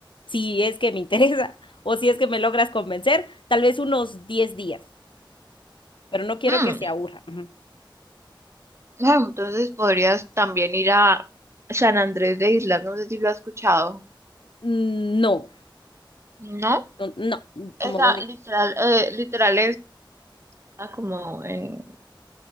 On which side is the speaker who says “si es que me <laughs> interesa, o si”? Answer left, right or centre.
Left